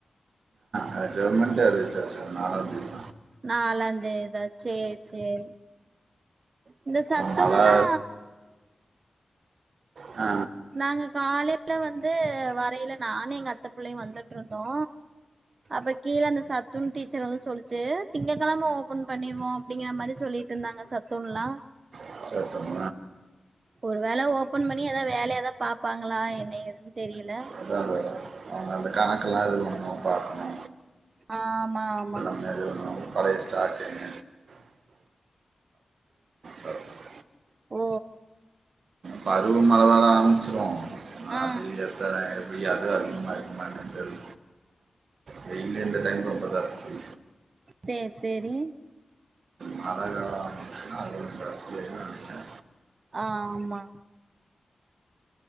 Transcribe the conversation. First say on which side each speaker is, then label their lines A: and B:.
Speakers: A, on the right (about 80°); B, on the right (about 50°).
A: அது கவர்மெண்ட் அறுவிச்சாட்சு நாலாம் தேதி
B: நாலாம்ந்தேதிதா செரி செரி இந்த சத்துணுவுலா
A: மழை ஆ
B: நாங்க காலைல வந்து வரையல நானு எங்க அத்த புள்ளையு வந்துட்டுருந்தோ அப்ப கீழ அந்த சத்துன் டீச்சர் வந்து சொல்லுச்சு திங்கக்கிழம ஓபன் பண்ணிர்வோ அப்டிங்குற மாத்ரி சொலி இதுக் நாங்க சத்துர்லா
A: <unintelligible>
B: ஒரு வேள ஓபன் பண்ணி ஏதாவது வேல ஏதாவது பாப்பாங்ளா என்ன ஏதுன்னு தெரியல
A: <unintelligible> அந்த கணக்கெலா இதூவூ நம்ம பாக்ணோ
B: ஆ மா மா
A: எதூ வொணா வரூ பழய ஸ்டாக்குங்க பார்க்கணும்
B: ஓ
A: பருவ மழைலா ஆரம்பிச்சிரூ ஆனா
B: ஆ
A: அது இருக்காது <unintelligible> எப்படி அதுவே அதிகமா இருக்குமான் தெர்ல் வெயீல் <unintelligible> ரொம்ப தாஸ்த்தி
B: சேர் செரி
A: மரங்களும் அது பிரஸ் செய்வாங்க
B: ஆம்மா